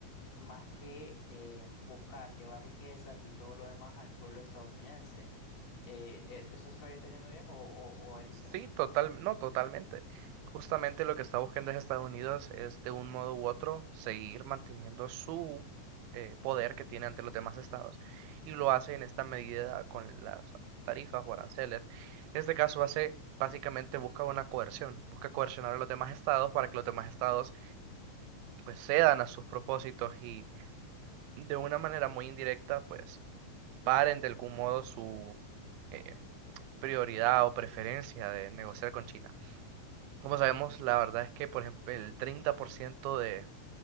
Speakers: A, on the left; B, on the right.
A: más que eh, buscar llevar riquezas y todo lo demás al pueblo estadounidense. Eh, eh, ¿eso estoy entendiendo bien o, o- o es diferente?
B: Sí, total, no, totalmente. Justamente lo que está buscando es Estados Unidos es de un modo u otro seguir manteniendo su eh, poder que tiene ante los demás estados y lo hace en esta medida con las tarifas o aranceles. En este caso hace básicamente busca una coerción, busca coercionar a los demás estados para que los demás estados pues cedan a sus propósitos y de una manera muy indirecta pues paren de algún modo su eh, prioridad o preferencia de negociar con China. Como sabemos, la verdad es que, por ejemplo, el 30% de,